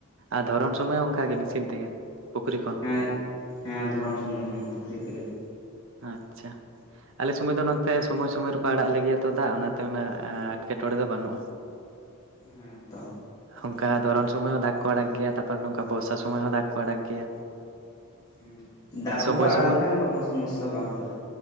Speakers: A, on the right; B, on the left.
A: ᱟᱨ ᱫᱷᱚᱨᱚᱱ ᱥᱚᱢᱚᱭ ᱦᱚᱸ ᱚᱱᱠᱟ ᱜᱮ ᱢᱮᱥᱤᱱ ᱛᱮᱜᱮ᱾ ᱯᱩᱠᱷᱨᱤ ᱠᱷᱚᱱ।
B: ᱦᱮᱸ ᱦᱮᱸ ᱫᱷᱚᱨᱚᱱ ᱥᱚᱢᱚᱭ ᱦᱚᱸ ᱯᱩᱠᱷᱨᱤ ᱛᱮᱜᱮ।
A: ᱟᱪᱪᱷᱟ ᱟᱞᱮ ᱥᱚᱢᱚᱭ ᱫᱚ ᱱᱚᱱᱛᱮ ᱥᱚᱢᱚᱭ ᱥᱚᱢᱚᱭ ᱨᱮᱠᱚ ᱟᱲᱟᱜ ᱟᱞᱮ ᱜᱮᱭᱟ ᱛᱚ ᱫᱟᱜ ᱚᱱᱟᱛᱮ ᱩᱱᱟᱹᱜ ᱮᱴᱠᱮᱴᱚᱬᱮ ᱫᱚ ᱵᱟᱹᱱᱩᱜᱼᱟ।
B: ᱦᱮᱸ ᱛᱚ
A: ᱚᱱᱠᱟ ᱫᱷᱚᱨᱚᱱ ᱥᱚᱢᱚᱭ ᱦᱚᱸ ᱫᱟᱜ ᱠᱚ ᱟᱲᱟᱜ ᱜᱮᱭᱟ, ᱛᱟᱯᱚᱨᱮ ᱱᱚᱝᱠᱟ ᱵᱚᱨᱥᱟ ᱥᱚᱢᱚᱭ ᱦᱚᱸ ᱫᱟᱜ ᱠᱚ ᱟᱲᱟᱜ ᱜᱮᱭᱟ।
B: ᱦᱮᱸ, ᱫᱟᱜ ᱠᱚᱠᱚ
A: ᱥᱚᱢᱚᱭ
B: ᱟᱲᱟᱜ
A: ᱥᱚᱢᱚᱭ
B: ᱞᱮᱠᱷᱟᱱ ᱠᱚᱱᱚ ᱥᱚᱢᱚᱥᱥᱟ ᱵᱟᱝ ᱦᱩᱭᱩᱜᱼᱟ।